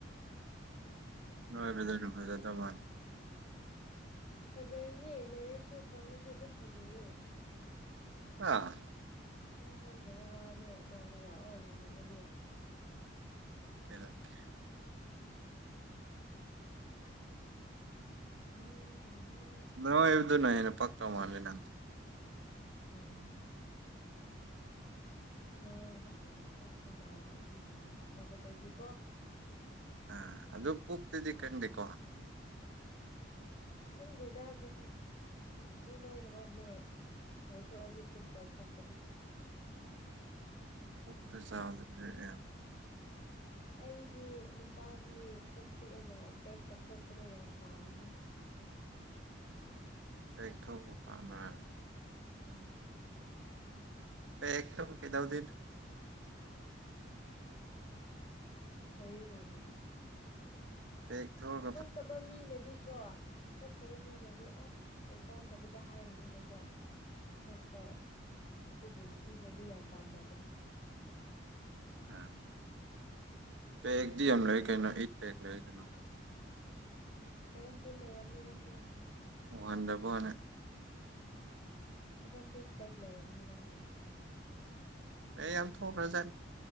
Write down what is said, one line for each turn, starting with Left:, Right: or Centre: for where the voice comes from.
Left: ꯀꯩ ꯇꯧꯔꯅꯤ
Right: ꯅꯣꯏꯉꯥꯏ ꯐꯖꯅꯅꯨꯡ ꯐꯥꯏꯖ ꯇꯃꯥꯟ <inaudible>
Left: ꯐꯖꯔꯤꯅꯦ ꯅꯣꯏꯔꯁꯨ ꯀꯪꯉꯁꯨ ꯑꯗꯨꯝ ꯐꯖꯩꯌꯦ
Right: ꯑꯥ
Left: ꯅꯪ ꯈꯪꯗꯕ ꯋꯥꯅꯦ ꯅꯣꯡꯃ ꯂꯥꯛꯑꯣ ꯌꯦꯡꯅꯤꯡꯉꯗꯤ
Right: ꯂꯥꯛ <inaudible> ꫰ꯀꯦ
Left: <unintelligible>
Right: ꯅꯣꯏꯕꯗꯨꯅ ꯍꯦꯟꯅ ꯄꯛ ꯇꯧ ꯃꯥꯜꯂꯤ ꯅꯪ
Left: ꯎꯝ ꯅꯣꯏꯕ ꯍꯦꯟꯅ ꯄꯥꯛꯄ ꯃꯥꯜꯂꯦ ꯃꯤꯁꯤꯡꯅ ꯍꯥꯏꯅꯕꯗꯗꯤ ꯀꯣ
Right: ꯑꯥ ꯑꯗꯨ ꯄꯨꯛꯇꯨꯗꯤ ꯀꯪꯗꯦꯀꯣ
Left: ꯈꯪꯗꯦꯗ ꯑꯗꯨꯗꯤ ꯃꯤ ꯂꯣꯏꯅꯃꯛꯅꯦ ꯅꯣꯏꯊꯣꯛꯑꯗꯤ ꯄꯨꯛ ꯆꯥꯎꯊꯣꯛꯄꯗꯤ
Right: ꯀꯣꯛꯇ <inaudible>
Left: ꯑꯩꯗꯤ ꯅꯨꯄꯥꯗꯤ ꯄꯨꯛ ꯄꯤꯛꯑꯒ ꯄꯦꯛꯀꯊꯣꯛꯄꯗꯣ ꯌꯥꯝ ꯄꯥꯝꯃꯤꯍꯦ
Right: ꯄꯦꯛ ꯊꯣꯛꯄ ꯄꯥꯝꯕꯔꯥ
Left: ꯎꯝ
Right: ꯄꯦꯛ ꯊꯣꯛ ꯀꯩꯗꯧꯗꯣꯏꯅꯣ
Left: ꯐꯩꯌꯦ ꯀꯩꯅꯣ
Right: ꯄꯦꯛ ꯊꯣꯛ
Left: ꯊꯣꯛꯇꯕ ꯃꯤꯅꯗꯤꯀꯣ ꯊꯣꯛꯇꯕ ꯃꯤꯅꯗꯤ ꯑ ꯀꯩꯀꯥꯟꯗꯕꯗ ꯍꯥꯏꯔꯤꯅꯤꯕꯀꯣ ꯊꯣꯛꯄ ꯑꯗꯨꯕꯨ ꯅꯨꯄꯤꯅꯗꯤ ꯌꯥꯝ ꯄꯥꯝꯅꯕꯅꯤ
Right: ꯑꯝ ꯄꯦꯛꯇꯤ ꯑꯃ ꯂꯩ ꯀꯩꯅꯣ ꯑꯩꯠ ꯄꯦꯛ ꯂꯩꯏ ꯀꯩꯅꯣ ꯍꯥꯏꯁꯦ
Left: ꯁꯚꯦꯟꯇꯤꯟ ꯂꯩꯔꯝꯅꯤ ꯅꯪꯗꯤ
Right: <unintelligible>
Left: ꯁꯚꯦꯟꯇꯤꯟ ꯄꯦꯛ ꯂꯩꯔꯝꯅꯤ ꯅꯪꯗꯤ
Right: ꯑꯩ ꯌꯥꯝ ꯊꯣꯛ ꯈꯔꯥꯖꯥꯠꯅꯤ